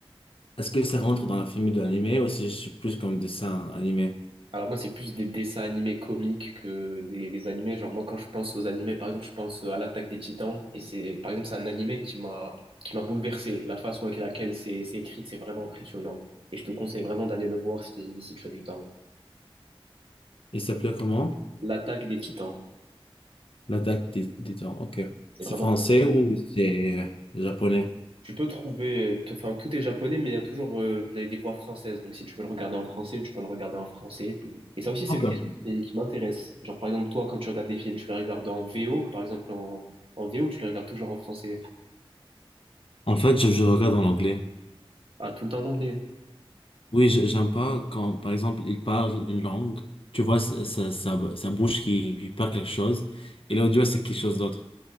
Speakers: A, on the left; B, on the right.
A: Est-ce que ça rentre dans la famille de animé ou si je suis plus comme dessin animé?
B: Alors moi, c'est plus des dessins animés comiques que des, des animés. Genre moi, quand je pense aux animés, par exemple, je pense à l'Attaque des Titans. Et c'est, par exemple, c'est un animé qui m'a qui m'a bouleversé. La façon avec laquelle c'est c'est écrit, c'est vraiment impressionnant. Et je te conseille vraiment d'aller le voir si, si tu as du temps.
A: Il s'appelait comment?
B: L'Attaque des Titans,
A: L'attaque des, des Titans. Ok.
B: c'est
A: C'est
B: vraiment...
A: français ou c'est japonais?
B: Tu peux trouver, t- enfin tout est japonais, mais il y a toujours euh, des, des voix françaises. Donc si tu veux le regarder en français, tu peux le regarder en français. Et ça aussi, c'est
A: Ok.
B: une question qui, qui m'intéresse. Genre par exemple, toi, quand tu regardes des films, tu les regardes en VO, par exemple en, en VO, tu les regardes toujours en français.
A: En fait, je, je regarde en anglais.
B: Ah, tout le temps en anglais.
A: Oui, je- j'aime pas quand, par exemple, il parle une langue, tu vois sa, sa, sa, sa bouche qui, qui parle quelque chose, et l'audio, c'est quelque chose d'autre.